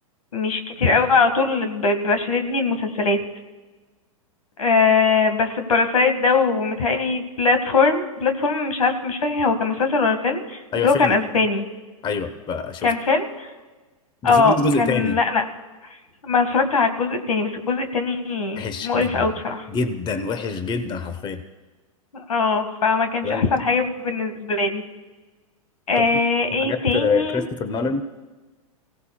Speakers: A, on the left; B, on the left.
A: مش كتير قوي على طول ب- بيبقى شاددني المسلسلات أه بس باراسايت ده ومتهيألي بلاتفورم بلاتفورم مش عارف مش فاكر هو كان مسلسل ولا فيلم
B: ايوه
A: بس هو
B: فيلم
A: كان اسباني
B: ايوه بقى شفت
A: كان فيلم
B: ده
A: اه
B: في منه جزء
A: كان
B: تاني
A: لا لا ما اتفرجت على الجزء التاني بس الجزء التاني
B: وحش
A: مقرف
B: جدا
A: قوي بصراحة
B: جدا وحش جدا حرفيا
A: اه فما كانش
B: يعني
A: احسن حاجة بالنسبة لي أه
B: طب
A: ايه
B: حاجات
A: تاني
B: آه، كريستوفر نولان